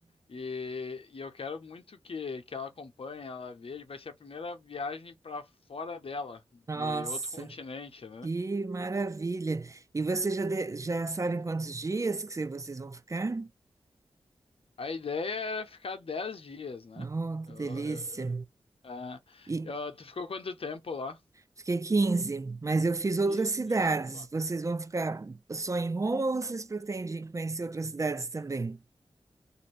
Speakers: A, on the left; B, on the right.
A: E, e eu quero muito que, que ela acompanhe, ela veja. Vai ser a primeira viagem para fora dela, de
B: Nossa,
A: outro continente, né?
B: que maravilha! E vocês já, de- já sabem quantos dias que vocês vão ficar?
A: A ideia era ficar 10 dias, né?
B: Oh, que
A: Eu-
B: delícia!
A: eu- eu- ah,
B: E,
A: ah, tu ficou quanto tempo lá?
B: Fiquei 15, mas eu fiz outras
A: 15
B: cidades.
A: dias, opa.
B: Vocês vão ficar só em Roma ou vocês pretendem conhecer outras cidades também?